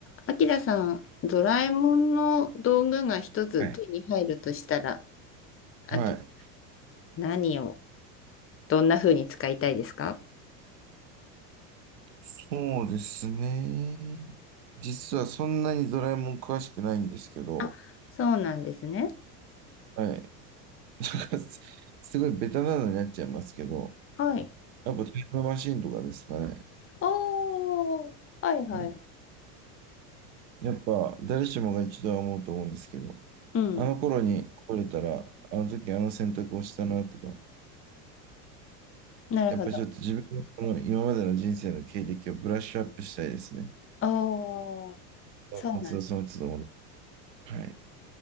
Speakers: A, on the left (about 30°); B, on the right (about 85°).
A: あきらさん、ドラえもんの道具が一つ手に入るとしたら、
B: はい。
A: あき、
B: はい。
A: 何を、どんな風に使いたいですか
B: そうですね。実はそんなにドラえもん詳しくないんですけど、
A: あ、そうなんですね。
B: はい。<laughs> なんかすすごいベタなのになっちゃいますけど、
A: はい。
B: やっぱタイムマシーンとかですかね。
A: おー、はいはい。
B: うん、やっぱ誰しもが一度は思うと思うんですけど、
A: うん。
B: あの頃に来れたら、あの時あの選択をしたなとか、
A: なるほど。
B: やっぱちょっと自分のその今までの人生の経歴をブラッシュアップしたいですね。
A: おー、
B: その都度その都度戻って。
A: そうなん
B: はい。